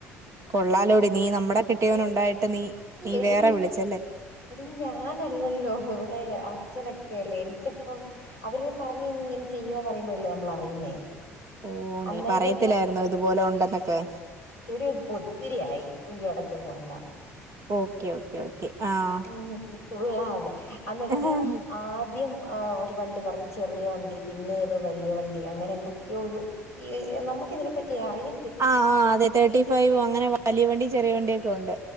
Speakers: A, on the right (about 40°); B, on the left (about 70°).
A: കൊള്ളാലോടി നീ നമ്മുടെ കിട്ടിയവനുണ്ടായിട്ട് നീ നീ
B: എടീ
A: വേറെ വിളിച്ചല്ലേ
B: എടി ഞാനല്ലല്ലോ ഇവിടെ അച്ഛനൊക്കെയല്ലേ എനിക്കിപ്പം അവര് പറഞഴിഞ് ഇങ്ങനെ ചെയ്യുവന്നറിയുമ്പോഴല്ലേ നമ്മള് അറിയുന്നേ
A: ഓഹ്
B: അന്നേരം
A: നീ പറയത്തില്ലായിരുന്നോ
B: ഈ
A: ഇതുപോലെ ഉണ്ടെന്നൊക്കെ
B: എടീ ത് പൊത്തിരിയായി ഇടയ്ക്കൊന്നു അല്ല
A: ഓക്കെ ഓ ക്കെ ഓക്കേ ആഹ്
B: ഉം തുള്ളാതെ അന്നിട്ട്
A: ആഹ്
B: ആദ്യം ആഹ് ഒരു വണ്ടി പറഞ്ഞു ചെറിയ വണ്ടി പിന്നെ ഏതോ വല്യ വണ്ടി അങ്ങനെ എന്തൊക്കെയോ ഒരു ഈ നമുക്ക് ഇതിനെപ്പറ്റി അറിയ
A: ആഹ് ആഹ് അതെ തേർട്ടി ഫൈവ് അങ്ങനെ വലിയ വണ്ടി ചെറിയ വണ്ടിയൊക്കെ ഉണ്ട്